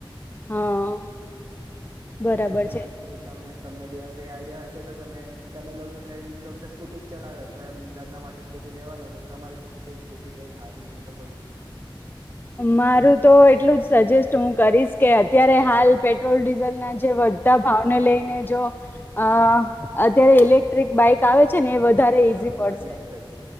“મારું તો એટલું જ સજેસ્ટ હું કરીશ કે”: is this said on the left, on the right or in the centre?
Left